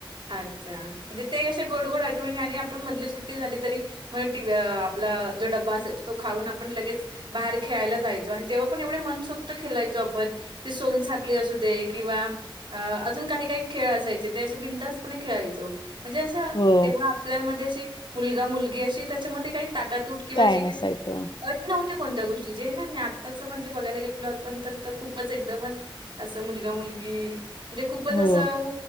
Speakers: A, on the right; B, on the left.
A: अच्छा. म्हणजे ते कसे गोड गोड आठवणी. आणि आपण मधली सुट्टी झाली तरी, मग आपला जो डब्बा असायचा. तो खाऊन आपण लगेच बाहेर खेळायला जायचो. आणि तेव्हा पण एवढे मनसोक्त खेलायचो आप पण ती सोनसाखली असू दे किंवा अजून काही काही खेळ असायचे ते असे बिंदच खेळायचो म्हणजे असं
B: हो
A: तेव्हा आपल्यामध्ये अशी मुलगा, मुलगी अशी त्याच्यामध्ये काही ताट तूट किंवा
B: काय
A: अशी
B: नसायचं
A: काही असुरक्षि नव्हती कोणत्या गोष्टी जे ना आत्ताचं म्हणजे बघायला गेलो पण तर खूपच एकदमच असं मुलगा मुलगी म्हणजे खूपच
B: हो
A: असं